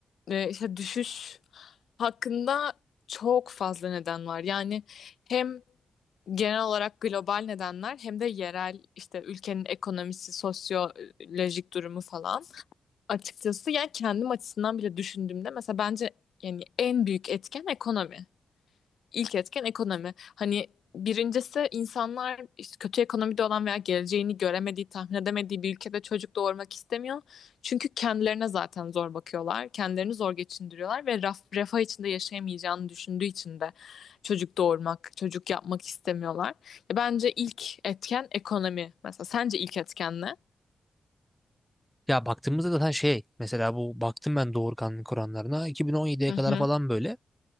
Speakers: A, on the left; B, in the centre.
A: e, işte düşüş hakkında çok fazla neden var. Yani hem genel olarak global nedenler hem de yerel işte ülkenin ekonomisi, sosyolojik durumu falan. Açıkçası yani kendim açısından bile düşündüğümde mesela bence yani en büyük etken ekonomi. İlk etken ekonomi. Hani birincisi insanlar işte kötü ekonomide olan veya geleceğini göremediği, tahmin edemediği bir ülkede çocuk doğurmak istemiyor. Çünkü kendilerine zaten zor bakıyorlar. Kendilerini zor geçindiriyorlar ve raf, refah içinde yaşayamayacağını düşündüğü için de çocuk doğurmak, çocuk yapmak istemiyorlar. Ya bence ilk etken ekonomi. Mesela sence ilk etken ne?
B: Ya baktığımızda zaten şey mesela bu baktım ben doğurganlık oranlarına 2017'ye
A: Hı hı,
B: kadar falan böyle